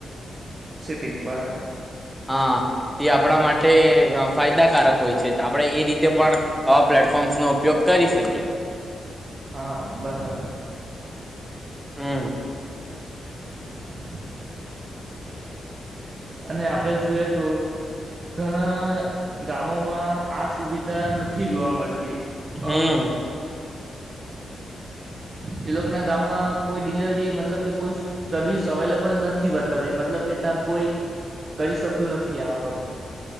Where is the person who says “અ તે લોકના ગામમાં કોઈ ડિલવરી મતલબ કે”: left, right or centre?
Right